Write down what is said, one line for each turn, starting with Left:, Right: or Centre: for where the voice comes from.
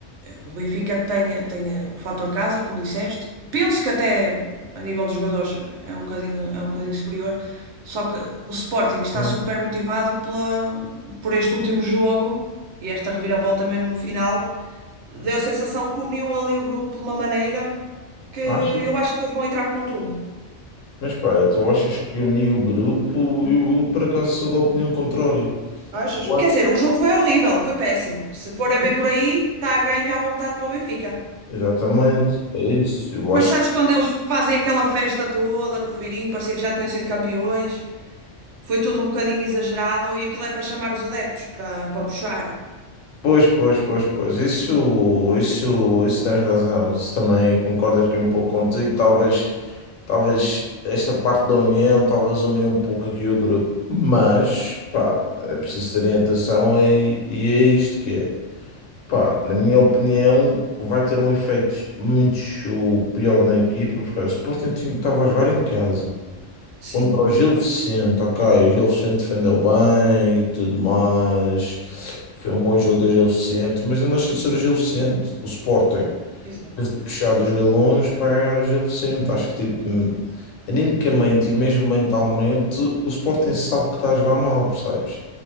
Right: O Benfica tem, tem o fator casa, como disseste. Penso que até a nível dos jogadores é um bocadinho, é um bocadinho superior. Só que o Sporting está
Left: Hum.
Right: super motivado pela, por este último jogo e esta reviravolta mesmo no final. Deu a sensação que uniu ali o grupo de uma maneira que eu
Left: Achas?
Right: acho que eles vão entrar com tudo.
Left: Mas espera, tu achas que uni o grupo? Eu, por acaso, sou da opinião contrária.
Right: Achas?
Left: Eu acho.
Right: Quer dizer, o jogo foi horrível, foi péssimo. Se for a
Left: Pois.
Right: ver por aí, está a ganho à vontade para o Benfica.
Left: Exatamente, é isso. Eu
Right: Mas
Left: acho
Right: sabes
Left: que.
Right: quando eles fazem aquela festa toda no fim, parecia que já tinham sido campeões, foi tudo um bocadinho exagerado e aquilo é para chamar os adeptos, para, para puxar.
Left: Pois, pois, pois, pois. Isso, isso, isso tens razão. Isso também concordo aqui um pouco contigo. Talvez, talvez esta parte da união, talvez unia um pouco aqui o grupo. Mas, pá, é preciso ter orientação e, e é isto que é. Pá, na minha opinião, vai ter um efeito muito pior na equipa, porque o Sporting tinha- estava a jogar em casa
Right: Sim,
Left: contra o Gil Vicente, ok. O Gil Vicente defendeu bem e tudo mais. Foi um bom jogo do Gil Vicente, mas não deixa de ser o Gil Vicente. O Sporting
Right: exatamente.
Left: puxado os galões para ganhar o Gil Vicente. Acho que, tipo, hum, animicamente e mesmo mentalmente, o Sporting sabe que está a jogar mal, percebes?